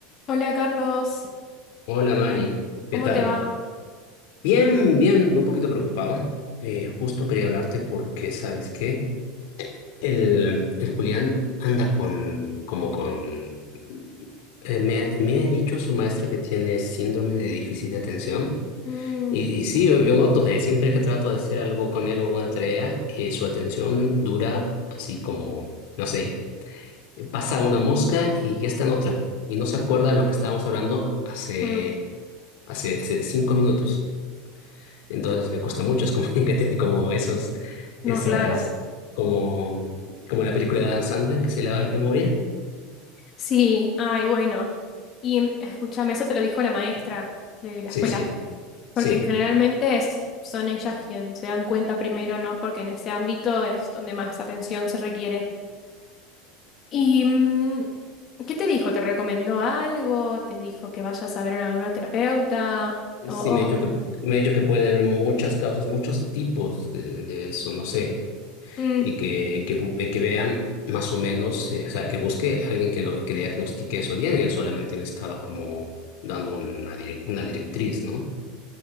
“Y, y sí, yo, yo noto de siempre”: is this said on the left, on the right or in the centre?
Left